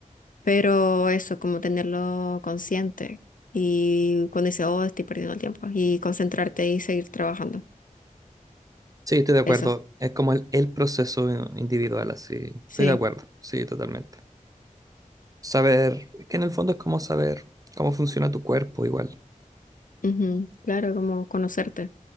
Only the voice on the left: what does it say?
Pero eso, como tenerlo consciente y cuando dice, oh, estoy perdiendo el tiempo, y concentrarte y seguir trabajando.
Eso,
sí.
Ujú, Claro, como conocerte.